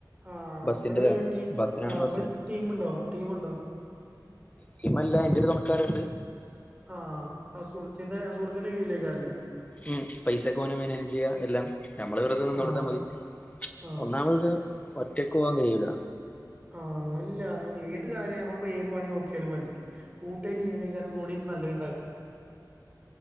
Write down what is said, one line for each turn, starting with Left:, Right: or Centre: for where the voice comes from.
Right: ആ
Left: ബസ്സിന്റെ
Right: ങ്ങള് ടി
Left: ബസ്സിനാണ്
Right: ആ
Left: ബസ്സിന്
Right: ങ്ങള് ടീമുണ്ടോ ടീമുണ്ടോ
Left: ടീമല്ല ന്റൊരു തൊണക്കാരൻണ്ട്.
Right: ആഹ ആ സുഹൃത്തിന്റെ സുഹൃത്തിന്റെ കീഴിലേക്കാണ ല്ലേ
Left: ഉം പൈസൊക്കെ ഓന മാനേജ് ചെയ്യാ എല്ലാം ഞമ്മള് വെറുതെ നിന്നോട്ത്താൽ
Right: ആഹ്
Left: മതി
Right: ആഹ്
Left: ഒന്നാമത്ത് ഇത് ഒറ്റയ്ക്ക് പോവാൻ കഴിയൂല
Right: ആ അല്ല ഏത് കാര്യം നമ്മളപ്പോ ഏത് നോക്കിയാലും മതി കൂട്ടായിട്ട് ചെയ്യ്ണൈക്കാലും ഒന്നും കൂടി നല്ലയ്ണ്ടാവാ